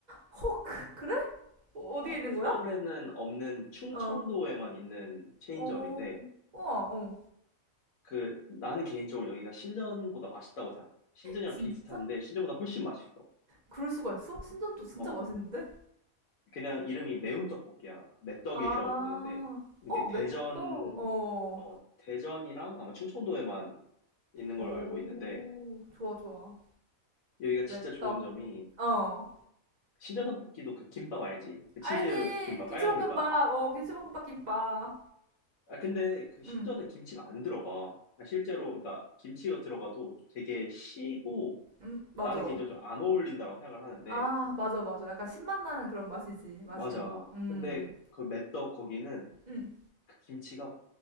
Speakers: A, on the right (about 45°); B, on the left (about 80°).
A: 헉, 그래? 어, 어디에
B: 아,
A: 있는
B: 서울에는
A: 거야?
B: 없는 충청도에만
A: 어,
B: 있는 체인점인데
A: 어, 우와, 어.
B: 그 나는 개인적으로 여기가 신전보다 맛있다고 생각해. 신전이랑
A: 진짜?
B: 비슷한데 신전보다 훨씬 맛있어.
A: 그럴 수가 있어? 신전도 진짜
B: 어,
A: 맛있는데?
B: 그냥 이름이 매운 떡볶이야. 매떡이라고
A: 아,
B: 부르는데 이게
A: 어, 메떡
B: 대전,
A: 어.
B: 어, 대전이랑 아마 충청도에만 있는
A: 오,
B: 걸로 알고 있는데
A: 좋아, 좋아.
B: 여기가 진짜
A: 메떡
B: 좋은 점이
A: 어.
B: 신전 떡볶이도 그 김밥 알지? 그 치즈
A: 알지?
B: 김밥,
A: 김치볶음밥.
B: 빨간 김밥.
A: 어, 김치볶음밥 김밥.
B: 아, 근데 그 신전에
A: 응,
B: 김치가 안 들어가. 아, 실제로, 그러니까 김치가 들어가도 되게 시고
A: 음,
B: 나는
A: 맞아.
B: 개인적으로 좀 안 어울린다고 생각을 하는데,
A: 아, 맞아, 맞아. 약간 신맛 나는 그런 맛이지, 맛이.
B: 맞아.
A: 음,
B: 근데 그 메떡 거기는
A: 음.
B: 그 김치가